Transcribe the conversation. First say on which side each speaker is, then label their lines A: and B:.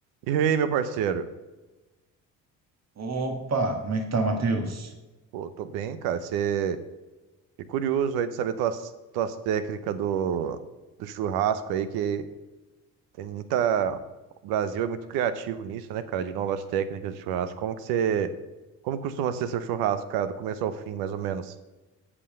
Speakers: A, on the right; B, on the right.
A: E aí, meu parceiro?
B: Opa, como é que tá, Matheus?
A: Pô, tô bem, cara. Você é curioso aí de saber tuas, tuas técnicas do, do churrasco aí, que tem muita. O Brasil é muito criativo nisso, né, cara? De novas técnicas de churrasco. Como que você. Como costuma ser seu churrasco, cara, do começo ao fim, mais ou menos?